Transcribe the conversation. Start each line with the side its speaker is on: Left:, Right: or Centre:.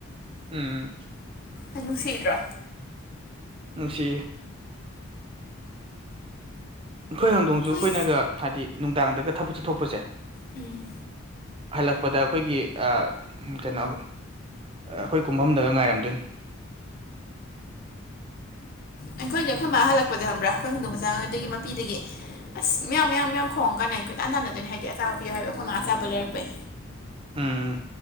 Right: ꯎꯝ
Left: ꯑꯅꯅꯨꯡꯁꯤꯗ꯭ꯔꯣ
Right: ꯁꯤ ꯑꯩꯈꯣꯏ ꯍꯧꯪꯗꯣꯡꯁꯨ
Left: ꯍꯣꯏ
Right: ꯑꯩꯈꯣꯏꯅꯒ ꯍꯥꯏꯗꯤ ꯅꯨꯡꯗꯥꯡꯗꯒ ꯊꯕꯛꯁꯠꯊꯄꯁꯦ
Left: ꯎꯝ
Right: ꯍꯜꯂꯛꯄꯗ ꯑꯩꯈꯣꯏꯒꯤ ꯀꯩꯅꯣ ꯑꯩꯈꯣꯏ ꯀꯨꯝꯐꯝꯗꯒ ꯉꯥꯏꯔꯝꯗꯣꯏꯅꯤ
Left: ꯑꯩꯈꯣꯏꯅꯦ ꯑꯩꯈꯣꯏ ꯃꯥ ꯍꯜꯂꯛꯄꯗ ꯍꯪꯕ꯭ꯔꯥ ꯑꯩꯈꯣꯏ ꯍꯧꯣꯡꯗꯣꯡ ꯃꯆꯥ ꯑꯗꯨꯗꯒꯤ ꯃꯄꯤꯗꯒꯤ ꯑꯁ ꯃꯌꯥꯝ ꯃꯌꯥꯝ ꯃꯌꯥꯝ ꯈꯣꯡꯉꯒꯅꯦ ꯀꯣꯏ ꯇꯥꯟ ꯇꯥꯟꯅꯗꯅꯤ ꯍꯥꯏꯗꯤ ꯑꯆꯥꯕ ꯄꯤꯌꯨ ꯍꯥꯏꯕ ꯑꯩꯈꯣꯏꯅꯥꯥ ꯑꯆꯥꯕ ꯂꯩꯔꯛꯄꯩ
Right: ꯎꯝ